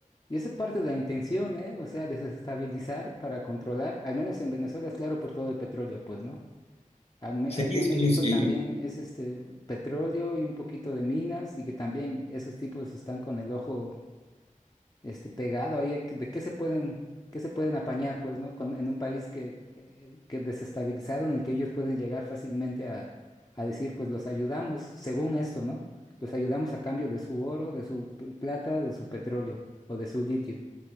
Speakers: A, on the left; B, on the left.
A: Y eso es parte de la intención, ¿eh? O sea, desestabilizar para controlar, al menos en Venezuela es claro por todo el petróleo, pues, ¿no? Al me-
B: Sí,
A: Aquí en
B: sí,
A: México
B: sí.
A: también es este petróleo y un poquito de minas y que también esos tipos están con el ojo este pegado ahí a que- de qué se pueden qué se pueden apañar, pues, ¿no? Con- en un país que eh, que desestabilizado, en el que ellos pueden llegar fácilmente a a decir, pues los ayudamos según esto, ¿no? Los ayudamos a cambio de su oro, de su p- plata, de su petróleo o de su litio.